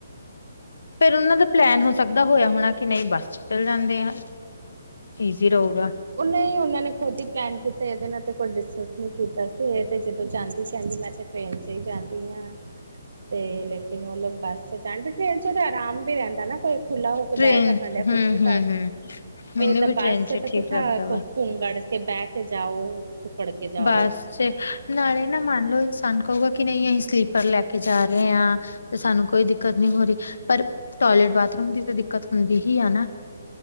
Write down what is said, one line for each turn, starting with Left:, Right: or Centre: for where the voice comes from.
Left: ਫਿਰ ਉਹਨਾਂ ਦਾ ਪਲੈਨ ਹੋ ਸਕਦਾ ਹੋਇਆ ਹੋਣਾ, ਕਿ ਨਹੀਂ ਬੱਸ ਚ ਚੱਲ ਜਾਂਦੇ ਆ। ਈਜੀ ਰਹੂਗਾ।
Right: ਨਹੀ ਉਹਨੇ ਹੀ ਉਹਨਾਂ ਨੇ ਖੁਦ ਹੀ ਪਲੈਨ ਕੀਤਾ, ਇਹਦੇ ਨਾਲ ਤੇ ਕੋਈ ਡਿਸਕਸ ਨਹੀਂ ਕੀਤਾ ਸੀ, ਇਹ ਤੇ ਜਦੋਂ ਜਾਂਦੀ ਕਹਿੰਦੀ ਮੈਂ ਤੇ ਟ੍ਰੇਨ 'ਚ ਹੀ ਜਾਂਦੀ ਹਾਂ। ਤੇ ਲੇਕਿਨ, ਉਹ ਲੋਕ ਬੱਸ ਚ ਚੜਨ ਟ੍ਰੇਨ ਚ ਤਾਂ ਆਰਾਮ ਵੀ ਰਹਿੰਦਾ ਨਾ, ਫਿਰ ਖੁੱਲ੍ਹਾ ਹੇ ਕੇ
Left: ਟ੍ਰੇਨ
Right: ਬਹਿ ਸਕਣ, ਡਿਆ
Left: ਹੂੰ
Right: ਕੁਛ ਵੀ
Left: <inaudible>
Right: ਤੇ ਇੱਧਰ
Left: ਵੀ
Right: ਬੱਸ
Left: ਟ੍ਰੇਨ
Right: ਚ <unintelligible>
Left: ਠੀਕ ਲੱਗਦਾ ਵਾ।
Right: ਕੇ ਬਹਿ ਕੇ ਜਾਓ। ਸੁਕੜ ਕੇ ਜਾਓ
Left: ਬੱਸ 'ਚ। ਨਾਲੇ ਨਾ ਮੰਨ ਲੋ ਇਨਸਾਨ ਕਹੂਗਾ, ਕਿ ਨਹੀਂ ਅਸੀ ਸਲੀਪਰ ਲੈ ਕੇ ਜਾ ਰਹੇ ਹਾਂ। ਤੇ ਸਾਨੂੰ ਕੋਈ ਦਿੱਕਤ ਨਹੀਂ ਹੋ ਰਹੀ, ਪਰ ਟੋਇਲੇਟ, ਬਾਥਰੂਮ ਦੀ, ਤਾਂ ਦਿੱਕਤ ਹੁੰਦੀ ਹੀ ਆ ਨਾ।